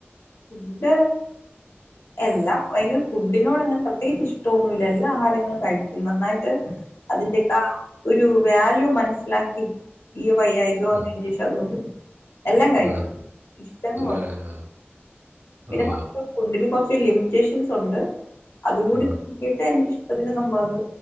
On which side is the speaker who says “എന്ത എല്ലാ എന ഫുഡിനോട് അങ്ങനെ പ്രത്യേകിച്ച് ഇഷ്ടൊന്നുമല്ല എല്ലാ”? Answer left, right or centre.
Left